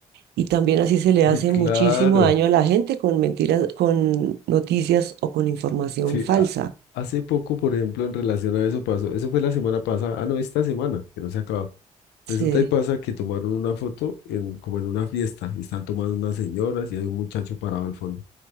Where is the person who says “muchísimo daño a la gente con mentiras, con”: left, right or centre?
Right